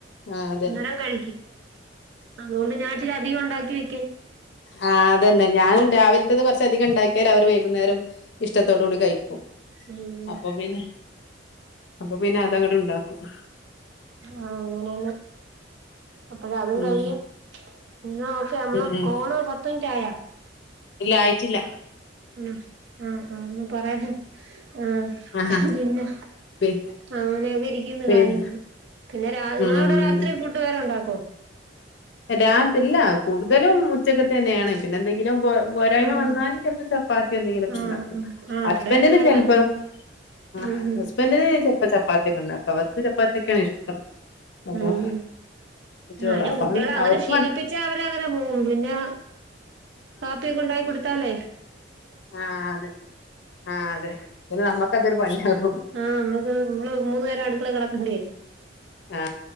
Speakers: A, on the left; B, on the right.
A: ആഹ് അതെ
B: അന്നേരം കഴിക്കും അതോണ്ട് ഞാൻ ഇച്ചിര അധികം ഒ ണ്ടാക്കി വെ
A: ആ അതെന്നെ ഞാനും രാവിൽ ത്തന്ന് കൊർച്ചധികം ണ്ടാക്ക്യാലവര് വൈകുന്നേരും ഇഷ്ടത്തോടൂകൂടി കഴി ക്കും
B: ഉം
A: അപ്പം പിന്നെ അപ്പം പിന്നെ അതങ്ങട്ട് ണ്ടാക്കും
B: ആ അങ്ങനെന്നെ അപ്പഴതും
A: ഉം
B: കഴിയും ഇന്നാ ഓക്കെ ഞമ്മളെ
A: ഉം ഉം
B: കോള് പത്തിൻറ്റായോ
A: ഇല്ല ആയ്റ്റില്ല
B: മ് ആഹ് ആഹ് ഒന്ന് പറയാന് ആഹ്
A: ആഹ്
B: പിന്നെ
A: പി
B: അങ്ങനെയൊക്കെയിരിക്കുന്നു
A: പിൻ
B: കാര്യങ്ങള് പിന്നെ രാവ് നിങ്ങളൗട
A: ഉം
B: രാത്രി
A: അതെ
B: ഫുഡ്ഡ് വേറെ ഉണ്ടാക്കോ?
A: രാത് ഇല്ല കുടുതലും ഉച്ചക്കത്തെന്നേണ് പിന്നെന്തെ ങ്കിലും പോ പോരായ്മ
B: ഉം
A: വന്നാല് ചെൽപം ചപ്പാത്ത്യോ എന്തെങ്കിലൊക്കെ
B: ആഹ്
A: ഇണ്ടാക്കും.
B: ആഹ്
A: ഹസ്ബൻ്റ്ന്
B: ഇവിടെ അങ്ങനെ തന്നെ
A: ചെൽപം
B: അന്നേ
A: ആഹ്
B: ഉം ഉം
A: ഹസ്ബൻ്റിന് ചെൽ ചപ്പാത്തി ഒക്കെ ഇണ്ടാക്കാ അവർക്ക് ചപ്പാത്തിക്കേണ് ഇഷ്ടം. അപ്പൊ
B: ഉം
A: ചോറ്
B: ഞാനും
A: അപ്പൊ
B: കു ട്ട്യേളേ അങ്ങനെ
A: അവർക്ക്
B: ശീലിപ്പിച്ചാ അവര് അങ്ങനെ പോവും പിന്നാ കാപ്പി ഒക്കെ ഉണ്ടാക്കി കൊട്ത്താലേ
A: ആഹ് അതെ ആഹ് അതെ പിന്നെ നമ്മ ക്കതൊര് പണിയാവും.
B: ആഹ് നമ്മക്ക് നമ്മള് മൂന്ന് നേരം അടുക്കളേ കെട ക്കണ്ട്യേ.
A: ആ